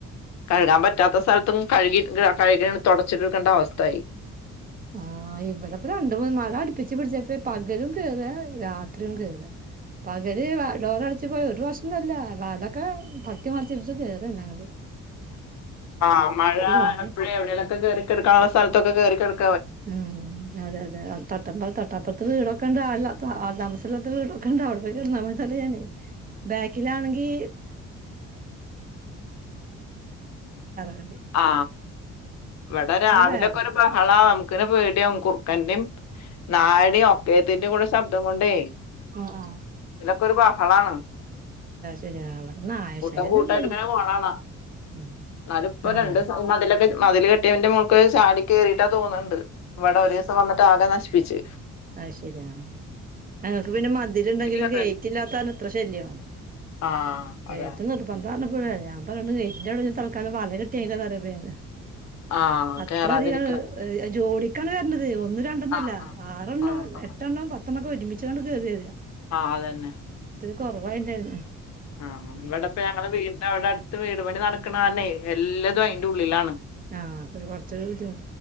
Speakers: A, on the left; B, on the right.
A: കഴുകാൻ പറ്റാത്ത സ്ഥലത്തും കഴുകി കഴുക തുടച്ചട്ക്കണ്ട അവസ്ഥായി
B: ആ ഇവിടെപ്പ രണ്ട് മൂന്ന് മഴ അടുപ്പിച്ച് പിടിച്ചപ്പ പകലും കേറാ രാത്രി ത്രിയും കേറാ പകല് ഡോർ അടച്ച് പോയി ഒരു പ്രാവശ്യം ഒന്നുഅല്ല വാത് ലൊക്കെ തട്ടി മറച്ച് ഇടിച്ച് കേറന്നെ അങ്ങട്ട്
A: ഉം ആ മഴള്ളപ്പഴെ
B: ഒന്നും
A: എവിടേലൊക്കെ കേറിക്കെട്ക്കാനുള്ള സ്ഥലത്തൊക്കെ കേറിക്കെട്ക്കും
B: ഉം അതെ അതെ തട്ടമ്പൽ തട്ടപ്പ അപ്പറത്തെ വീടൊക്കെണ്ടാ ആൾല്ലാത്ത ആൾ താമസല്ലാത്ത വീടൊക്കെണ്ട് അവ്ടെ പോയി <unintelligible> ഞാന് ബാക്കിലാണെങ്കിൽ <unintelligible>
A: ആ ഇവിടെ രാവിലൊക്കെ
B: വേറെ
A: ഒരു
B: കളി
A: ബഹളം കുറുക്കനെ പേടിയാവും കുറുക്കൻന്റെറെ നായൻ്റെയും ഒക്കേത്തിന്റെറെ കൂടെ ശബ്ദം കൊണ്ട്
B: ആഹ ഹ
A: ഇന്ന് ഒക്കെ ഒരു ബഹളാണ്
B: ശരിയാ അവിടെ നായ
A: കൂട്ടം
B: ശല്യം
A: കൂട്ടായിട്ട്
B: തന്നെ നോക്കൂ
A: ഇങ്ങനെ പോണ് കണം
B: ഉം
A: എന്നാൽ പോ
B: നായ
A: രണ്ടുദിവസം മതിലൊക്കെ മതില് കെട്ടിയ <inaudible> ചാടി കയറിട്ടാ തോന്നുന്നുണ്ട് ഇവിടെ ഒരു ദിവസം വന്നിട്ട് ആകെ നശിപ്പിച്ച്
B: അഹ ശരിയാ ഞങ്ങൾക്ക് പിന്നെ മതില്
A: കിട്ടില്ല
B: ഗേറ്റ്
A: തന്നെ.
B: ഇല്ലാത്തോണ്ട് ഇത്ര ശല്യം
A: ആ അതെ
B: ഗേറ്റ് നിർബന് <unintelligible> ഞാൻ പറയണ് ഗേറ്റിന്റെ അവിടെ തൽക്കാലം വല <inaudible>
A: ആ
B: അത്ര
A: കേറാതിരിക്കാതെ
B: അധികം ജോഡി <unintelligible> ഒന്നും രണ്ടൊന്നല്ല
A: ആ ആ
B: ആറെ എണ്ണം
A: ആ ആ
B: എട്ടെണ്ണം പത്തെണ്ണം ഒക്കെ ഒരുമിച്ചു കൊണ്ടാണ് കേറിവരുന്നത്
A: ആ അതെന്നെ
B: കുറവായിണ്ടായിരുന്ന
A: ആഹ് ഇവിടെ പോ ഞങ്ങളെ വീടിന്റെ അടുത്ത് വീട്പണിനടക്കണ കാരണം എല്ലതും അതിന്റെ ഉള്ളിലാണ്
B: ആ കുറച്ചൊരു ബുദ്ധി